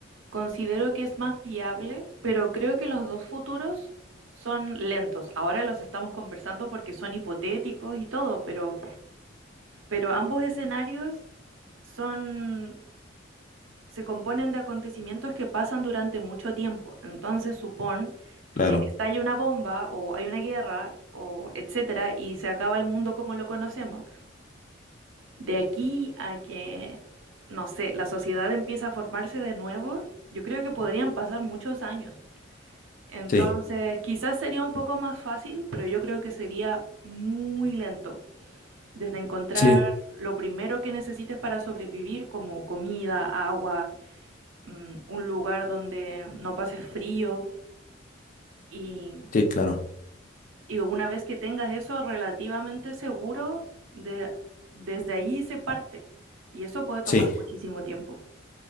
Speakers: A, on the right; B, on the left.
A: considero que es más viable, pero creo que los dos futuros son lentos. Ahora los estamos conversando porque son hipotéticos y todo, pero, pero ambos escenarios son se componen de acontecimientos que pasan durante mucho tiempo. Entonces supón
B: Claro.
A: que estalla una bomba o hay una guerra o etcétera y se acaba el mundo como lo conocemos. De aquí a que, no sé, la sociedad empieza a formarse de nuevo, yo creo que podrían pasar muchos años. Entonces,
B: Sí,
A: quizás sería un poco más fácil, pero yo creo que sería muy lento. Desde encontrar
B: sí,
A: lo primero que necesites para sobrevivir, como comida, agua, mm, un lugar donde no pase frío y,
B: sí, claro.
A: y una vez que tengas eso relativamente seguro, de, desde ahí se parte y eso puede tomar
B: Sí.
A: muchísimo tiempo.